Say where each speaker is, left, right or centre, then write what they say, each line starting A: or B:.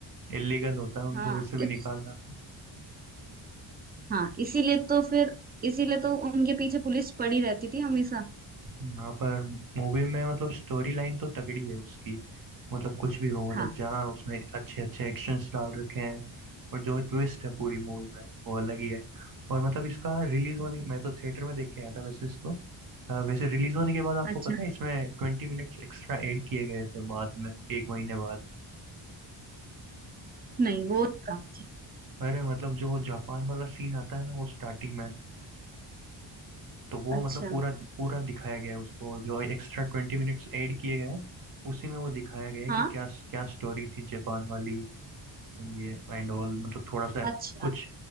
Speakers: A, on the right; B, on the right.
A: इलीगल होता है उनको
B: हाँ
A: वैसे भी
B: इतनी
A: निकालना
B: हाँ इसीलिए तो फिर इसीलिए तो उनके पीछे पुलिस पड़ी रहती थी हमेशा
A: यहाँ पर मूवी में मतलब स्टोरी लाइन तो तगड़ी है उसकी मतलब कुछ भी हो मतलब
B: हाँ
A: जहाँ उसमें अच्छे अच्छे एक्शंस डाल रखे हैं और जो ट्विस्ट है पूरी मूवी में वो अलग ही है और मतलब इसका रिलीज होने मैं तो थिएटर में देख के आया था वैसे इसको अ, वैसे रिलीज होने के बाद आपको
B: अच्छा
A: पता है इसमें ट्वेंटी मिनट्स एक्स्ट्रा ऐड किए गए थे बाद में एक महीने बाद
B: नहीं वो नहीं काम थी
A: अरे मतलब जो जापान वाला सीन आता है ना वो स्टार्टिंग में तो वो
B: अच्छा
A: मतलब पूरा पूरा दिखाया गया है उसको जो एक्स्ट्रा ट्वेंटी मिनट्स ऐड किए गए हैं उसी में वो दिखाया गया है
B: हाँ
A: कि क्या क्या स्टोरी थी जापान वाली ये एंड ऑल मतलब थोड़ा सा
B: अच्छा
A: कुछ